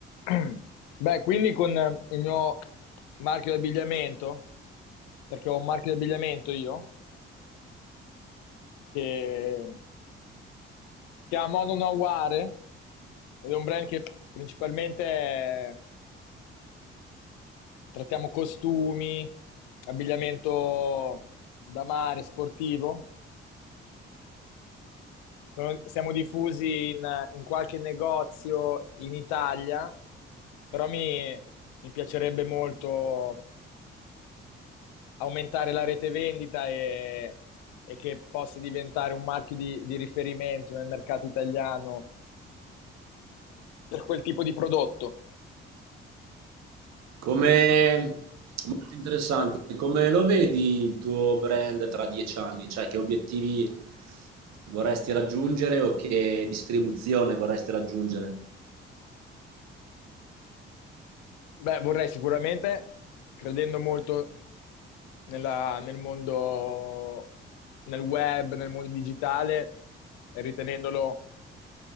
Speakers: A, on the left (about 70°); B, on the right (about 60°).
A: <clears throat> Beh, quindi con eh, il mio marchio di abbigliamento, perché ho un marchio di abbigliamento io, che si chiama Mono Naware, ed è un brand che principalmente eh, trattiamo costumi, abbigliamento da mare, sportivo. Sono- siamo diffusi in, in qualche negozio in Italia, però mi mi piacerebbe molto aumentare la rete vendita e, e che possa diventare un marchio di, di riferimento nel mercato italiano per quel tipo di prodotto.
B: Come... Molto interessante. Come lo vedi il tuo brand tra dieci anni? Cioè, che obiettivi vorresti raggiungere o che distribuzione vorresti raggiungere?
A: Beh, vorrei sicuramente, credendo molto nella- nel mondo, nel web, nel mondo digitale, e ritenendolo